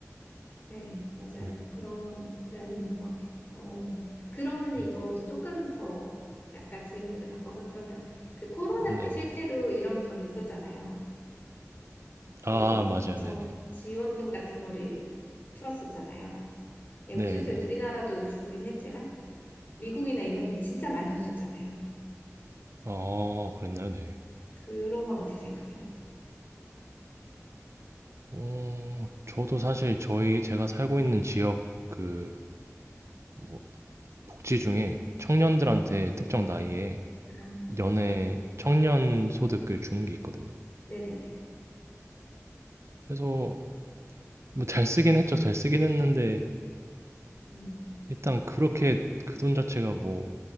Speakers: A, on the left; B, on the right.
A: 네, 맞아요.
B: 뭐
A: 그런 면이 있는 것 같아요. 어, 그러면은
B: 네.
A: 이거 저 조금 더 약간 질문을 바꿔서 그러면 그 코로나
B: 네.
A: 때 실제로 이런 적이 있었잖아요. 그
B: 아 맞아요.
A: 정,
B: 네네.
A: 지원금 같은 거를 풀었었잖아요. 이거
B: 네네.
A: 실제 우리나라도 주긴 했지만 미국이나 이런 데 진짜 많이 줬었잖아요.
B: 아 그랬나요? 네.
A: 그런 건 어떻게 생각하세요?
B: 어 저도 사실 저희 제가 살고 있는 지역 그 뭐 복지 중에 청년들한테 특정 나이에
A: 아,
B: 연애 청년 소득을 주는 게 있거든요.
A: 네네네.
B: 그래서 뭐 잘 쓰긴 했죠. 잘 쓰긴 했는데
A: 음,
B: 일단 그렇게 그 돈 자체가 뭐